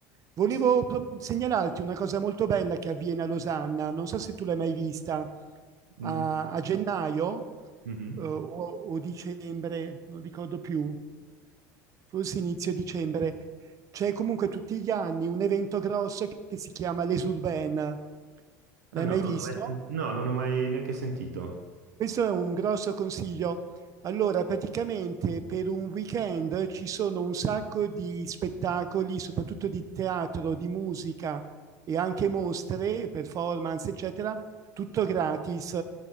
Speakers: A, on the right (about 40°); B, on the right (about 85°).
A: Volevo
B: Sì.
A: pro- segnalarti una cosa molto bella che avviene a Losanna, non so se tu l'hai mai vista, a,
B: Mm,
A: a gennaio
B: mhm.
A: eh, o, o dicembre, non ricordo più, forse inizio dicembre, c'è comunque tutti gli anni un evento grosso che si chiama Les Urbaines.
B: Ah
A: L'hai
B: no,
A: mai
B: non
A: visto?
B: ho mai sen- no, non ho mai neanche sentito.
A: Questo è un grosso consiglio. Allora, praticamente per un weekend ci sono un sacco di spettacoli, soprattutto di teatro, di musica e anche mostre, performance, eccetera, tutto gratis